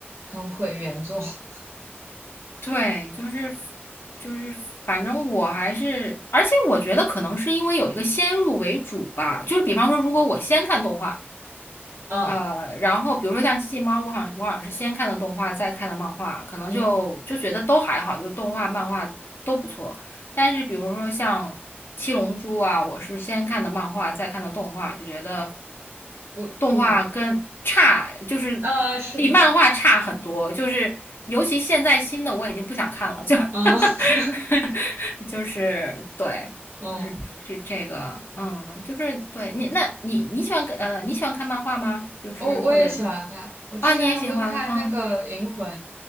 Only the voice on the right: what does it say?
很毁原作。<laughs>
嗯
嗯。
不不如，
啊，是鬼
啊，<laughs> 嗯
嗯，
我我也喜欢看，我之前会看那个《银魂》，